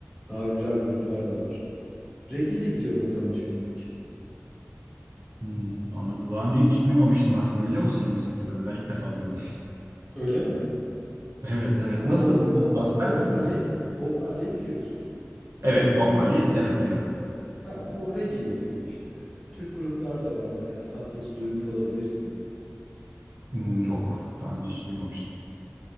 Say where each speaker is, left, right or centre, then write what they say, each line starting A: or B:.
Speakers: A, in the centre; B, on the right.
A: Daha güzel gruplar da var. Reggae ile gidiyor bakalım şimdilik.
B: Hmm, anladım. Daha önce hiç duymamıştım aslında biliyor musun o müzik türünü? Ben ilk defa duydum.
A: Öyle mi?
B: <laughs> Evet evet.
A: Ama
B: Nasıl
A: Bob,
B: bahseder
A: Bob, Bob
B: misin
A: Marley,
B: biraz?
A: Bob Marley biliyorsun.
B: Evet Bob Marley. Evet biliyorum.
A: Tamam o reggae yapıyor işte. Türk gruplar da var mesela Sattas'ı duymuş olabilirsin.
B: Hmm,
A: Ee,
B: yok. Daha önce hiç duymamıştım.